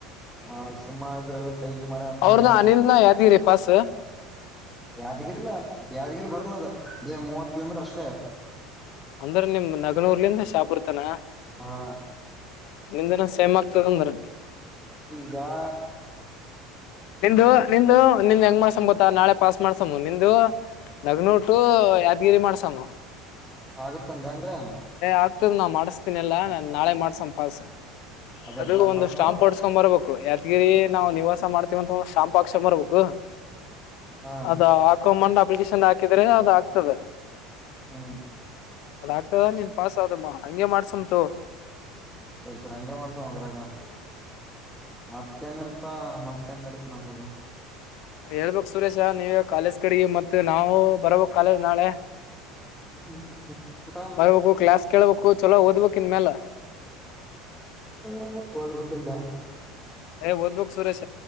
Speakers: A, in the centre; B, on the left.
A: ಹ್ಞಾ ಸಿಂಹ ಇದ್ರೆಲ್ಲ ಸೈಗಿ ಮಾಡಿ ಅಂತವನೇ
B: ಅವ್ರನ ಅನಿಲ್ನ ಯಾದಗಿರಿ ಪಾಸ್
A: ಯಾದಗಿರಿಲ್ಲ ಯಾದಗಿರಿ ಬರ್ಲದ ಮೂವತ್ ಕಿಲೋಮೀಟರ್ ಅಷ್ಟ
B: ಅಂದ್ರ ನಿಮ್ಮ ನಗಲುರ್ಲಿಂದ ಶಾಪುರ್ತಾನ.
A: ಹ್ಞಾ.
B: ನಿಮ್ದನೋ ಸೇಮ್ ಆಗ್ತದಂದ್ರ
A: ಈಗಾ
B: ನಿಂದು ನಿಂದು ನಿಂದ ಹೆಂಗ ಮಾಸೋಣ ಗೊತ್ತ ನಾಳೆ ಪಾಸ್ ಮಾಡ್ಸಮ್ಮ ನಿಂದು ನಗ್ನೂರ್ ಟು ಯಾದಗಿರಿ ಮಾಡ್ಸನೂ ಪಾ
A: ಆಗತ್ಂದ ಒಂದ್ ಎಂಡ್
B: ಆಗ್ತದ ನಾ ಮಾಡಿಸತೀನಲ್ಲಾ ನಾಳೆ ಮಾಡಸ ಪಾಸ್
A: ಅದೇ
B: ಅದು
A: ನಗ್ನೋಟು
B: ಒಂದು ಸ್ಟಾಂಪ್ ಓಡ್ಸ್ಕೊಂಡ್ ಬರ್ಬೇಕು ಯಾದಗಿರಿ ನಾವು ನಿವಾಸ ಮಾಡ್ತೀವಂತ ಒಂದ್ ಶಂಪಾಕ್ಷ ಬರ್ಬೇಕು
A: ಹಾ
B: ಅದ ಹಾಕೊಂಬಂಡ್ ಅಪ್ಲಿಕೇಶನ್ ಹಾಕಿದ್ರೆ ಅದ ಹಾಕ್ತದೆ
A: ಹ್ಮ
B: ಅದಾಗಗ್ತದ ನೀನ್ ಪಾಸ್ ಆದಮ್ಮ ಹಂಗೆ ಮಾಡ್ಸಮಂತು
A: ಸರಿ ಸರಿ ಹಂಗ ಮಾಡ್ಸ ಅಂದ್ರಾಗ ಮತ್ತೇನ ಇಲ್ಪಾ ಮತ್ತನ್ ನಡತ ನಂಬದ
B: ಹೇಳ್ಬಕ್ ಸುರೇಶ ನೀವೇ ಕಾಲೇಜ್ ಕಡೆಗೆ ಮತ್ತ ನಾವು ಬರ್ಬಕ್ ಕಾಲೇಜ್ ನಾಳೆ
A: ಹ್ಮ್ ಊಟ
B: ಬರ್ಬೇಕು ಕ್ಲಾಸ್ ಕೇಳ್ಬೇಕು ಚೊಲೋ ಓದ್ಬೇಕ್ ಇನ್ ಮೇಲ
A: <unintelligible>
B: ಏ ಓದ್ಬೇಕ್ ಸುರೇಶ